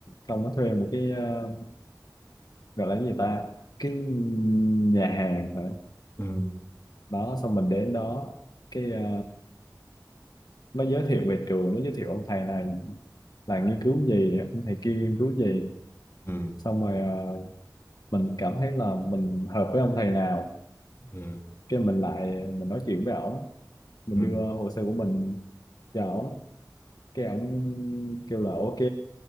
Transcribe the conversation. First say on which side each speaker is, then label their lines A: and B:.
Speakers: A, on the left; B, on the left.
A: xong nó thuê một cái ờ, gọi là cái gì ta cái nhà hàng hả
B: ừ
A: đó xong mình đến đó cái ờ, nó giới thiệu về trường nó giới thiệu ông thầy này là nghiên cứu gì ông thầy kia nghiên cứu gì
B: ừ
A: xong rồi ờ, mình cảm thấy là mình hợp với ông thầy nào
B: ừ
A: cái mình lại mình nói chuyện với ổng mình
B: ừ
A: đưa hồ sơ của mình cho ổng cái ổng kêu là ok